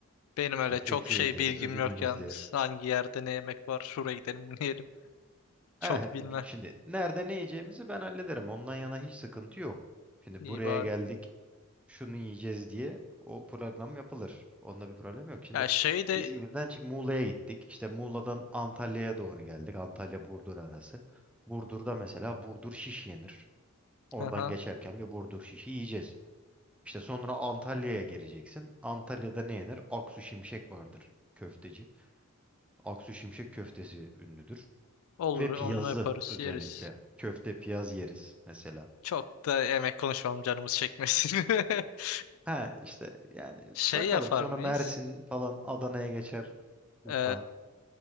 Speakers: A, on the left (about 75°); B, in the centre.
A: Benim
B: İşte
A: öyle
B: Fethiye'dir,
A: çok şey bilgim
B: Ölüdeniz'dir.
A: yok yalnız. Hangi yerde ne yemek var? Şuraya gidelim bunu yiyelim. Çok
B: Eh, bi-
A: bilme.
B: şimdi nerede ne yiyeceğimizi ben hallederim. Ondan yana hiç sıkıntı yok. Şimdi
A: İyi
B: buraya
A: bari.
B: geldik, şunu yiyeceğiz diye o program yapılır. Onda bir problem yok. Şimdi
A: Ya şey de
B: İzmir'den çık Muğla'ya gittik. İşte Muğla'dan Antalya'ya doğru geldik. Antalya-Burdur arası. Burdur'da mesela Burdur şiş yenir. Oradan
A: aha,
B: geçerken bir Burdur şişi yiyeceğiz. İşte sonra Antalya'ya geleceksin. Antalya'da ne yenir? Aksu Şimşek vardır köfteci. Aksu Şimşek köftesi ünlüdür.
A: olur
B: Ve piyazı
A: onunla yaparız
B: özellikle.
A: yeriz.
B: Köfte piyaz yeriz mesela.
A: Çok da yemek konuşalım canımız çekmesin. <laughs>
B: Ha işte yani
A: Şey
B: bakalım
A: yapar
B: sonra
A: mıyız?
B: Mersin falan Adana'ya geçer. Urfa.
A: Ee,